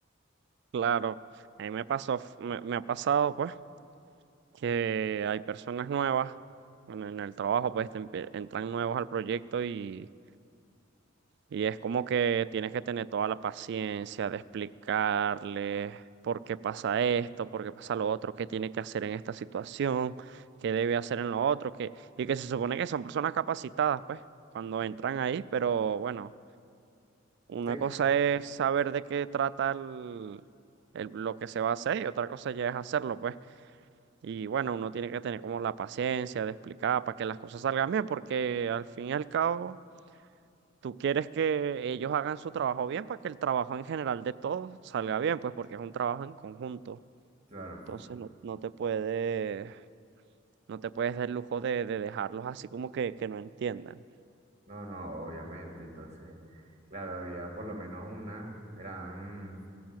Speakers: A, on the right (about 60°); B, on the right (about 35°).
A: Claro, a mí me pasó, f- me, me ha pasado, pues, que hay personas nuevas, bueno, en el trabajo, pues, te empie- entran nuevos al proyecto y, y es como que tienes que tener toda la paciencia de explicarles por qué pasa esto, por qué pasa lo otro, qué tiene que hacer en esta situación, qué debe hacer en lo otro, que, y que se supone que son personas capacitadas, pues, cuando entran ahí, pero bueno. Una
B: Sí,
A: cosa es saber de qué trata el, el- lo que se va a hacer y otra cosa ya es hacerlo, pues. Y bueno, uno tiene que tener como la paciencia de explicar para que las cosas salgan bien, porque al fin y al cabo tú quieres que ellos hagan su trabajo bien para que el trabajo en general de todos salga bien, pues porque es un trabajo en conjunto.
B: claro.
A: Entonces no, no te puedes, no te puedes dar el lujo de, de dejarlos así como que, que no entiendan.
B: No, no, obviamente. Entonces, claro, había por lo menos una, eran,